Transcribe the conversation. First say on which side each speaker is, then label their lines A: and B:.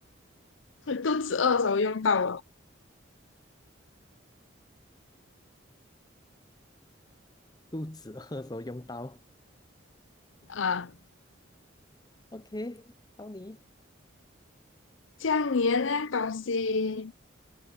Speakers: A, on the left (about 85°); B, on the left (about 20°).
A: 我肚子饿的时候用到了
B: 肚子饿的时候用到。
A: 啊。
B: OK，到你，
A: 这样你的那东西